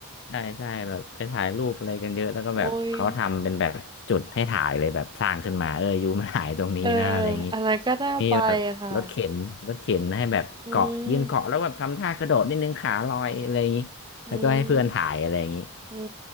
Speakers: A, on the left; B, on the right.
A: ใช่ใช่แบบไปถ่ายรูปอะไรกันเยอะแล้วก็แบบเขาทำเป็นแบบจุดให้ถ่ายเลยแบบสร้างขึ้นมาเอออยู่มาถ่ายตรงนี้นะอะไรอย่างนี้
B: โอ้ยเอออะไรก็น่าไปอะค่ะ
A: มีแบบรถเข็นรถเข็นให้แบบเกาะยืนเกาะแล้วแบบทำท่ากระโดดนิดนึงขาลอยอะไรอย่างนี้แล้วก็ให้เพื่อนถ่ายอะไรอย่างนี้
B: อืมอืมอื